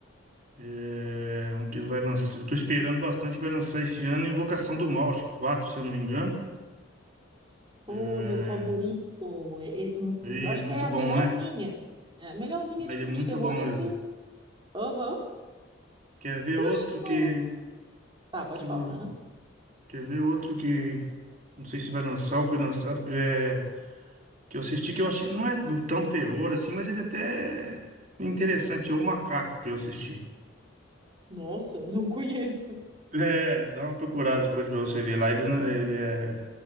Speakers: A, on the right; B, on the right.
A: É, um que vai lançar. Eu tô esperando bastante, vai lançar esse ano Invocação do Mal, acho que 4 se eu não me engano.
B: Pô,
A: É,
B: meu favorito. é- é- hum,
A: e
B: acho
A: é muito
B: que é a
A: bom,
B: melhor
A: né?
B: linha. É, a melhor linha
A: Mas
B: de filme
A: é muito
B: de terror
A: bom
B: é
A: mesmo.
B: esse. Aham.
A: Quer ver
B: Tu
A: outro
B: já. chi- Tu...
A: que,
B: Tá, pode
A: que eu
B: falar. Aham.
A: Quer ver outro que não sei se vai lançar ou foi lançado, que é que eu assisti que eu achei não é do- tão terror assim, mas ele até é interessante, é o Macaco que eu assisti.
B: Nossa, eu não conheço.
A: É, dá uma procurada depois pra você ver lá, ele, não- ele é,